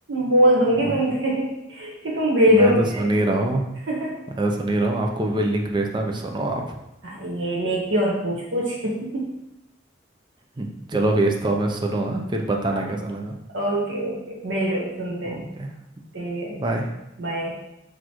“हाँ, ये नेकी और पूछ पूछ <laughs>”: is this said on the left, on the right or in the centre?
Right